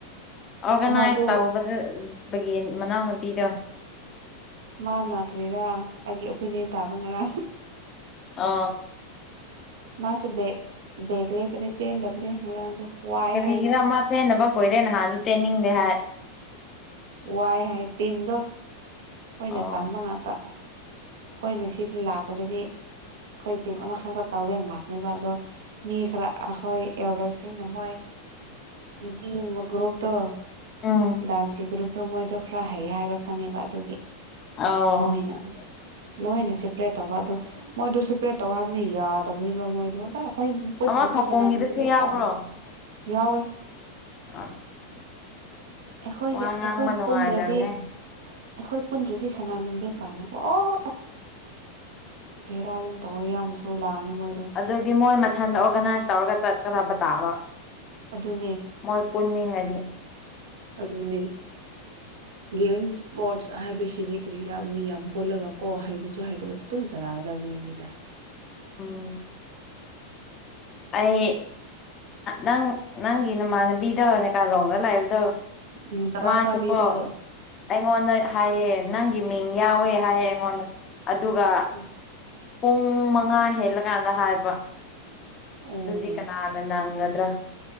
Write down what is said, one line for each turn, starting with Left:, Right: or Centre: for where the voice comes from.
Left: ꯑꯣꯔꯒꯅꯥꯏꯁ
Right: ꯑꯃꯗꯨ
Left: ꯇꯧꯕꯗꯨ ꯕꯒꯦꯟ ꯃꯅꯥꯎꯅꯨꯄꯤꯗꯣ
Right: ꯃꯥ ꯀꯔꯤꯔꯥ ꯑꯩꯒꯤ ꯑꯣꯄꯤꯅꯤꯌꯟ ꯇꯥꯕ ꯉꯔꯥꯡ
Left: ꯑꯣ
Right: ꯃꯥꯁꯨ ꯕꯦꯒ ꯕꯦꯒ ꯂꯩꯕꯅꯦ ꯆꯦꯟꯗꯕꯅꯦ ꯉꯔꯥꯡꯗꯣ ꯋꯥꯏ
Left: ꯀꯔꯤꯒꯤꯔ
Right: ꯍꯥꯏꯅ
Left: ꯃꯥ ꯆꯦꯟꯅꯕ ꯀꯨꯏꯔꯦ ꯅꯍꯥꯟꯁꯨ ꯆꯦꯟꯅꯤꯡꯗꯦ ꯍꯥꯏ
Right: ꯋꯥꯏ ꯍꯥꯏ ꯇꯤꯝꯗꯣ ꯑꯩꯈꯣꯏꯅ
Left: ꯑꯣ
Right: ꯇꯥꯟꯕ ꯉꯥꯛꯇ ꯍꯣꯏꯅꯦ ꯁꯤꯗꯤ ꯂꯥꯛꯄꯗꯗꯤ ꯑꯩꯈꯣꯏ ꯇꯤꯝ ꯑꯃꯈꯛꯇ ꯇꯧꯒꯦꯅ ꯂꯥꯛꯄꯅꯕ ꯑꯗꯣ ꯃꯤ ꯈꯔ ꯑꯩꯈꯣꯏ ꯑꯦꯜꯗꯔꯁꯤꯡꯅ ꯃꯣꯏ ꯅꯨꯄꯤꯃ ꯒ꯭ꯔꯨꯞꯇꯣ
Left: ꯎꯝ
Right: ꯗꯥꯟꯁꯀꯤ ꯒ꯭ꯔꯨꯞꯇꯣ ꯃꯣꯏꯗꯣ ꯈꯔ ꯍꯩ ꯍꯥꯏꯕ ꯈꯪꯉꯦꯕ ꯑꯗꯨꯒꯤ
Left: ꯑꯧ
Right: ꯃꯣꯏꯅ ꯂꯣꯏꯅ ꯁꯦꯄꯔꯦꯠ ꯇꯧꯕ ꯑꯗꯨ ꯃꯣꯏꯗ ꯁꯦꯄꯔꯦꯠ ꯇꯧ ꯍꯥꯏꯕꯅꯤ ꯌꯥꯗꯕꯅꯦꯕ ꯃꯣꯏꯗꯣ ꯑꯗꯣ ꯑꯩꯈꯣꯏ ꯄꯨꯟꯗ꯭ꯔꯗꯤ
Left: ꯑꯃ ꯈꯧꯄꯨꯝꯒꯤꯗꯨꯁꯨ
Right: ꯁꯅꯥꯅꯤꯡꯗꯦ
Left: ꯌꯥꯎꯕ꯭ꯔꯣ
Right: ꯀꯥꯏꯅ ꯌꯥꯎꯋꯦ
Left: ꯑꯁ
Right: ꯑꯩꯈꯣꯏꯁꯦ
Left: ꯋꯥ
Right: ꯑꯩꯈꯣꯏ
Left: ꯉꯥꯡꯕ ꯅꯨꯡꯉꯥꯏꯗꯕꯅꯦ
Right: ꯄꯨꯟꯗ꯭ꯔꯗꯤ ꯑꯩꯈꯣꯏ ꯄꯨꯟꯗ꯭ꯔꯗꯤ ꯁꯥꯟꯅꯅꯤꯡꯗꯦ ꯀꯥꯏꯅꯀꯣ ꯑꯣ ꯕꯦꯔꯥ ꯌꯥꯝ ꯇꯧꯋꯦ ꯌꯥꯝꯅꯁꯨ ꯂꯥꯡꯉꯦ ꯃꯣꯏ
Left: ꯑꯗꯨꯗꯤ ꯃꯣꯏ ꯃꯊꯟꯗ ꯑꯣꯔꯒꯅꯥꯏꯁ ꯇꯧꯔꯒ ꯆꯠꯀꯗꯕ ꯇꯥꯕ
Right: ꯑꯗꯨꯅꯦ
Left: ꯃꯣꯏ ꯄꯨꯟꯅꯤꯡꯉꯗꯤ
Right: ꯑꯗꯨꯅꯤ ꯒꯦꯝ ꯏꯁꯄꯣꯔꯠꯁ ꯍꯥꯏꯕꯁꯤꯗꯤ ꯀꯔꯤꯔꯥ ꯃꯤ ꯌꯥꯝ ꯄꯨꯜꯂꯒ ꯀꯣ ꯍꯥꯏꯕꯁꯨ ꯍꯥꯏꯇꯕꯁꯨ ꯑꯗꯨꯝ ꯁꯅꯥꯒꯗꯕꯅꯤ ꯍꯥꯏꯅꯤꯗ
Left: ꯎꯝ ꯑꯩ ꯅꯪ ꯅꯪꯒꯤ ꯅꯃꯥꯟꯅꯕꯤꯗꯣ ꯀꯥꯂꯣꯡꯗ ꯂꯩꯕꯗꯣ
Right: ꯎꯝ ꯇꯔꯥ
Left: ꯃꯥꯁꯨꯀꯣ
Right: ꯐꯥꯕꯤꯗꯣ
Left: ꯑꯩꯉꯣꯟꯗ ꯍꯥꯏꯑꯦ ꯅꯪꯒꯤ ꯃꯤꯡ ꯌꯥꯎꯋꯦ ꯍꯥꯏꯑꯦ ꯑꯩꯉꯣꯟꯗ ꯑꯗꯨꯒ
Right: ꯑ
Left: ꯄꯨꯡ ꯃꯉꯥ ꯍꯦꯜꯂꯀꯥꯟꯗ ꯍꯥꯏꯕ
Right: ꯑꯣ
Left: ꯑꯗꯨꯗꯤ ꯀꯅꯥꯅ ꯅꯪꯒꯗ꯭ꯔꯥ